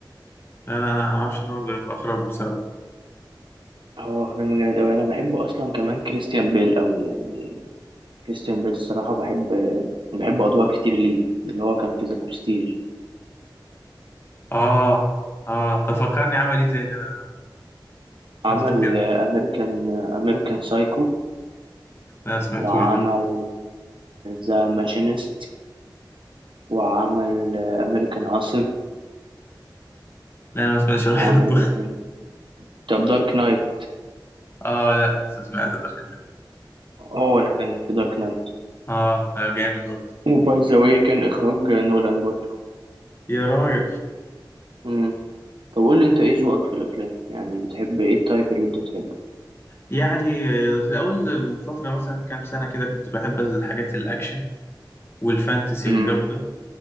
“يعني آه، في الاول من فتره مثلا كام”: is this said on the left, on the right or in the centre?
Left